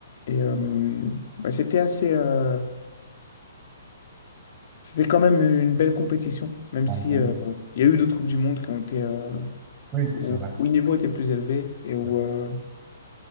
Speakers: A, on the left; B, on the right.
A: Et euh, bah, c'était assez, euh, c'était quand même une belle compétition, même
B: Ouais,
A: si
B: quand
A: euh,
B: même.
A: il y a eu d'autres coupes du monde qui ont été euh,
B: Oui,
A: où,
B: c'est vrai.
A: où le niveau était plus élevé et où,
B: C'est vrai.
A: euh,